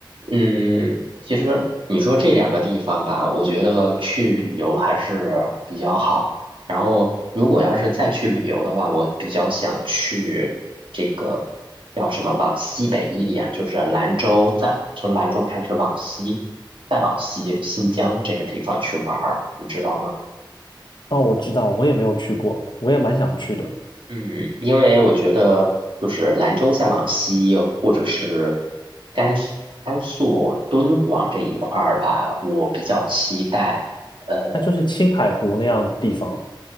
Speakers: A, on the right; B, on the left.
A: 嗯，其实你说这两个地方吧，我觉得去旅游还是比较好。然后，如果要是再去旅游的话，我比较想去这个叫什么，往西北一点，就是兰州，再从兰州开始往西，再往西新疆这个地方去玩儿，你知道吗？
B: 哦，我知道，我也没有去过，我也蛮想去的，
A: 嗯，因为我觉得就是兰州再往西，或者是甘肃、甘肃敦煌这一块儿吧，我比较期待。呃。
B: 那就是青海湖那样地方了。